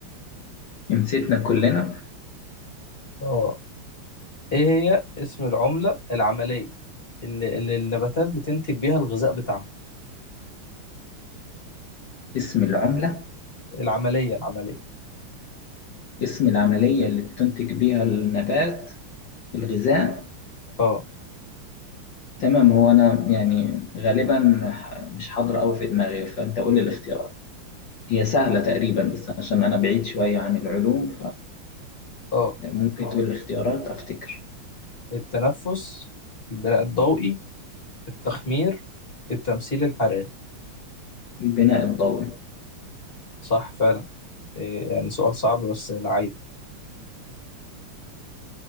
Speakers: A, on the left; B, on the left.
A: نسيتنا كلنا
B: اه ايه هي اسم العملة العملية اللي, اللي النباتات بتنتج بيها الغذاء بتاعها
A: اسم العملة
B: العملية العملية
A: اسم العملية اللي بتنتج بيها النبات الغذاء
B: اه
A: تمام هو أنا يعني غالبا ح- مش حاضرة أوي في دماغي فأنت قول لي الاختيار هي سهلة تقريبا بس عشان أنا بعيد شوية عن العلوم
B: اه
A: فممكن
B: الت-
A: تقول الاختيارات أفتكر
B: التنفس البناء الضوئي التخمير التمثيل الحراري
A: البناء الضوئي
B: صح فعلا إيه، يعني سؤال صعب بس لعيب